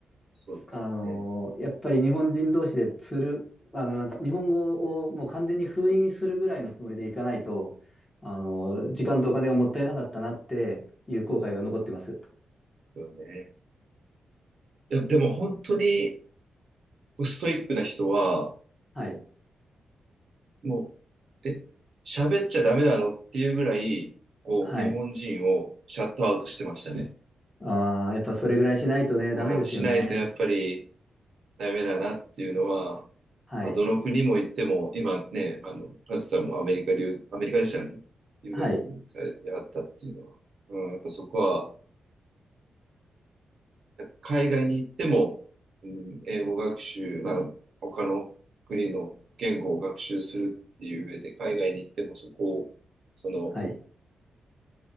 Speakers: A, on the right (about 50°); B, on the left (about 15°).
A: そうですね。
B: あのーやっぱり日本人同士でつる、あの、なん日本語をもう完全に封印するぐらいのつもりでいかないと、あのー時間とお金がもったいなかったなっていう後悔が残ってます。
A: そうよね。で、でも本当にこうストイックな人は、
B: はい。
A: もう、え、喋っちゃダメなのっていうぐらい、こう、
B: はい。
A: 日本人をシャットアウトしてましたね。
B: ああ、やっぱそれぐらいしないとね、
A: あー、
B: ダメですよね。
A: しないとやっぱりダメだなっていうのは、
B: はい。
A: まあ、どの国も行っても、今ね、あの、カズさんもアメリカ留、アメリカでしたよね。留学されてあったっていうのは、
B: はい。
A: うん、やっぱそこは、海外に行っても、うん、英語学習、まあ、他の国の言語を学習するっていう上で、海外に行ってもそこを、その、
B: はい。